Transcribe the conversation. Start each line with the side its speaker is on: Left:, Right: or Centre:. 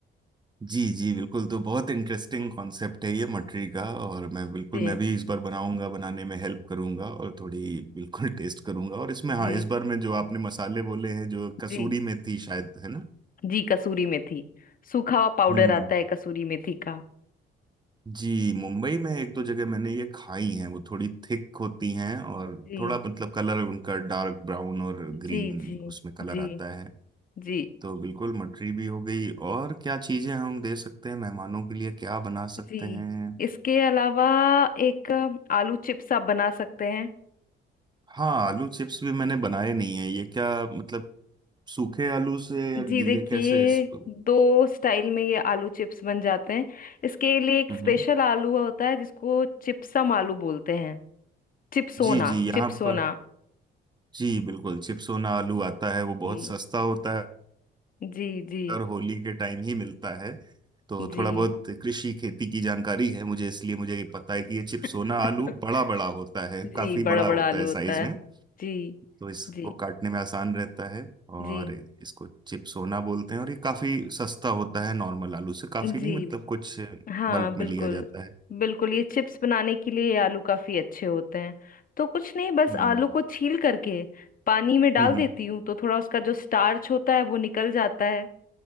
Right: जी जी बिल्कुल तो बहुत इंटरेस्टिंग कॉन्सेप्ट है ये मठरी का और मैं बिल्कुल
Left: जी
Right: मैं भी इस बार बनाऊंगा बनाने में हेल्प करूंगा और थोड़ी बिल्कुल टेस्ट करूंगा और इसमें हाँ
Left: जी
Right: इस बार में जो आपने मसाले बोले हैं जो कसूरी
Left: जी
Right: मेथी शायद है ना
Left: जी कसूरी मेथी सूखा हुआ पाउडर
Right: हम्म
Left: आता है कसूरी मेथी का
Right: जी मुंबई में एक दो जगह मैंने ये खाई हैं वो थोड़ी थिक होती हैं और
Left: जी
Right: थोड़ा मतलब कलर उनका डार्क ब्राउन और ग्रीन
Left: जी जी
Right: उसमें कलर
Left: जी
Right: आता है
Left: जी
Right: तो बिल्कुल मटरी भी हो गई और क्या चीजें हम दे सकते हैं मेहमानों के लिए क्या बना
Left: जी
Right: सकते हैं
Left: इसके अलावा एक आलू चिप्स आप बना सकते हैं
Right: हाँ आलू चिप्स भी मैंने बनाए नहीं है ये क्या मतलब सूखे आलू से या
Left: जी
Right: गीले
Left: देखिए
Right: कैसे इसको
Left: दो स्टाइल में ये आलू चिप्स बन जाते हैं इसके लिए एक
Right: हम्म
Left: स्पेशल
Right: हम्म।
Left: आलू होता है जिसको चिप्सम आलू बोलते हैं चिप्सोना
Right: जी जी यहाँ
Left: चिप्सोना
Right: पर जी बिल्कुल चिप्सोना आलू आता है वो
Left: जी
Right: बहुत सस्ता होता
Left: जी जी
Right: और होली के टाइम ही मिलता है तो
Left: जी
Right: थोड़ा बहुत कृषि खेती की जानकारी है मुझे इसलिए मुझे ये पता है कि ये चिपसोना
Left: <laughs>
Right: आलू बड़ा बड़ा होता है
Left: जी
Right: काफी
Left: बड़ा
Right: बड़ा
Left: बड़ा
Right: होता
Left: आलू
Right: है साइज
Left: होता है
Right: में
Left: जी
Right: तो इसको
Left: जी
Right: काटने में आसान रहता है
Left: जी
Right: और इसको चिपसोना बोलते हैं और ये काफी सस्ता होता है नॉर्मल आलू से काफी
Left: जी
Right: नहीं मतलब कुछ
Left: हाँ
Right: बल्क
Left: बिल्कुल
Right: में लिया जाता है
Left: बिल्कुल ये चिप्स बनाने के लिए ये आलू काफी अच्छे होते हैं तो कुछ नहीं बस
Right: हम्म
Left: आलू को छील करके पानी में डाल
Right: हम्म
Left: देती हूँ तो थोड़ा उसका जो स्टार्च होता है वो निकल जाता है